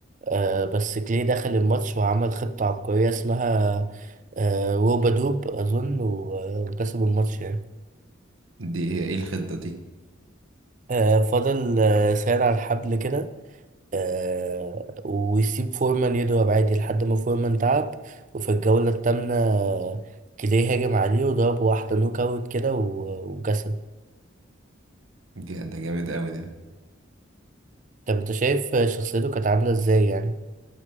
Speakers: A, on the right; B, on the right.
A: آه بس كلي دخل الماتش وعمل خطة عبقرية اسمها آه روبا دوب أظن و- وكسب الماتش يعني
B: دي هي ايه الخطة دي؟
A: آه فضل آه ساير على الحبل كده آه ويسيب فورمان يضرب عادي لحد ما فورمان تعب وفي الجولة التامنة آه، كلي هاجم عليه وضرب واحدة نوك أوت كده و- وكسب
B: جا- ده جامد قوي ده
A: طب أنت شايف آه، شخصيته كانت عاملة إزاي يعني؟